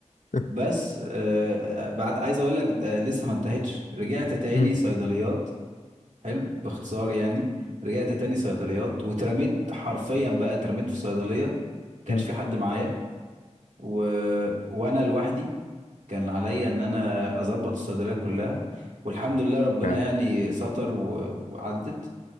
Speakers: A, on the left; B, on the right.
A: مم.
B: بس آه بعد عايز اقول لك آه لسه ما انتهتش رجعت تاني
A: <laughs>
B: صيدليات حلو باختصار يعني رجعت تاني صيدليات واترميت حرفيا بقى اترميت في صيدلية ما كانش
A: مم.
B: في حد معايا و... وانا لوحدي كان عليا ان انا اظبط الصيدليه كلها والحمد لله ربنا
A: آه.
B: يعني ستر و- وعدت